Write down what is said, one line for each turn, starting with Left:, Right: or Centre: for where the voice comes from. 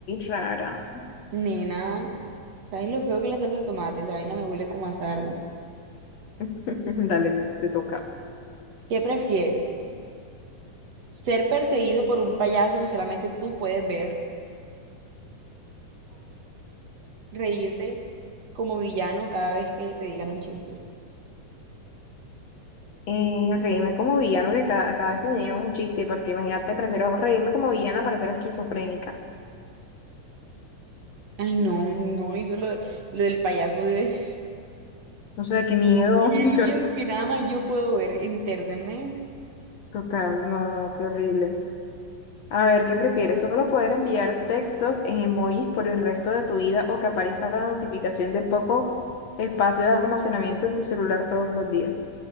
Left: rara.
Right: nena, ¿sabes lo feo que es la salsa de tomate? Esa vaina me huele como a sarna.
Left: <laughs> Dale, te toca.
Right: ¿Qué prefieres? ¿Ser perseguido por un payaso que solamente tú puedes ver? reírte como villano cada vez que te digan un chiste.
Left: Eh, reírme como villano que cada, cada vez que me llega un chiste, porque imagínate, prefiero reírme como villana para ser esquizofrénica.
Right: Ay, no, no, hizo lo, de- lo del payaso de...
Left: O sea, qué miedo,
Right: <laughs> Qué
Left: <laughs>
Right: miedo
Left: qué horrible.
Right: que nada más yo puedo ver. Entérnenme.
Left: Total, no, no, qué horrible. A ver, ¿qué prefieres? ¿Solo poder enviar textos en emojis por el resto de tu vida o que aparezca la notificación de poco espacio de almacenamiento en tu celular todos los días?